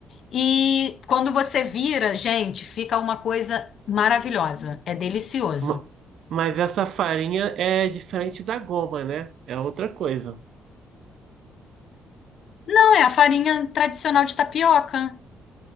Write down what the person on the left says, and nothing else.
e quando você vira, gente, fica uma coisa maravilhosa. É delicioso.
Não, é a farinha tradicional de tapioca.